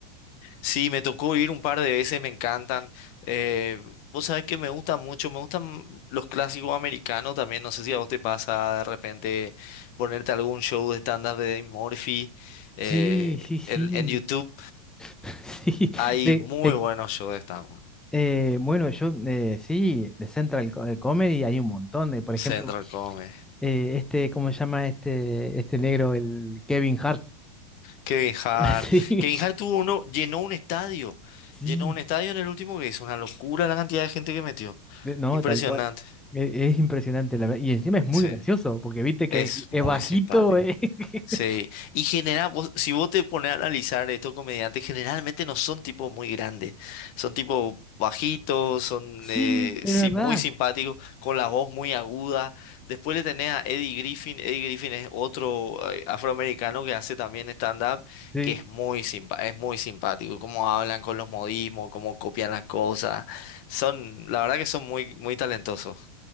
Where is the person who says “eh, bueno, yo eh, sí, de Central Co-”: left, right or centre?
Centre